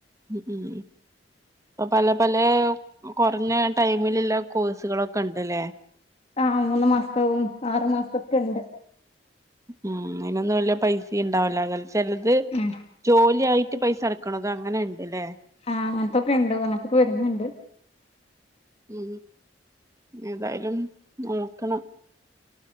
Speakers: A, on the right; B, on the left.
A: ഉം ഉം ഇപ്പ പലെ പലെകുറഞ്ഞ ടൈമിലുള്ള കോഴ്സുകളൊക്കെ ഉണ്ട്ല്ലേ
B: ആ് മൂന്ന് മാസത്തവും ആറു മാസതക്ക് ഉണ്ട്
A: ഉം അതിനൊന്നും വല്ല പൈസ ഉണ്ടാവില്ല ചിലത്
B: ഉം
A: ജോലിയായിട്ട് പൈസ അടക്കണം അങ്ങനെണ്ട്ലേ
B: ആഹ് അങ്ങനത്തൊക്കെ ഉണ്ട് അങ്ങനത്തൊക്കെ വരുന്നുണ്ട്.
A: ഉ ഏതായാലും നോക്കണം.